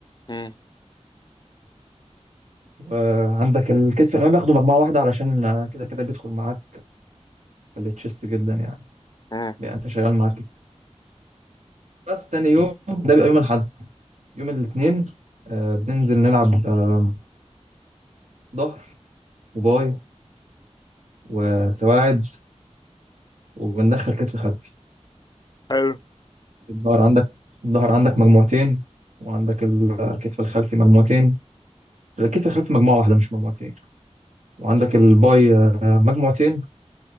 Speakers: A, on the left; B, on the right.
A: مم.
B: وعندك الكتف الامامي باخده مجموعه واحده علشان آه، كده كده بيدخل معاك في التشيست جدا يعني
A: مم.
B: بيبقى انت شغال معاك بس تاني يوم ده بيبقى يوم الأحد يوم الاثنين آه بننزل نلعب آه، ظهر وباي وسواعد وبندخل كتف خلفي
A: حلو
B: الظهر عندك الظهر عندك مجموعتين وعندك الكتف الخلفي مجموعتين الكتف الخلفي مجموعة واحدة مش مجموعتين وعندك الباي آه، مجموعتين